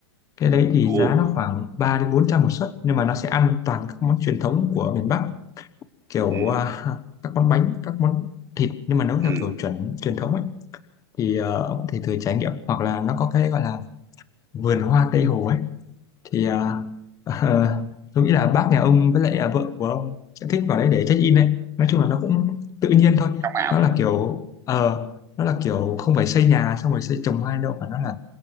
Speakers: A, on the left; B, on the right.
A: cái đấy thì giá
B: ừ
A: nó khoảng ba đến bốn trăm một suất nhưng mà nó sẽ ăn toàn các món truyền thống của miền Bắc kiểu
B: ừ ừ
A: à, <laughs> các món bánh các món thịt nhưng mà nấu theo
B: ừ
A: kiểu chuẩn truyền thống ấy thì ờ, ông có thể thử trải nghiệm hoặc là nó có cái gọi là vườn hoa Tây Hồ ấy thì à, <laughs> tôi nghĩ là bác nhà ông với lại à, vợ của ông sẽ thích vào đấy để check in đấy nói chung là nó cũng tự nhiên thôi
B: trong ảo
A: nó là kiểu ờ nó là kiểu không phải xây nhà xong rồi xây trồng hoa đâu mà nó là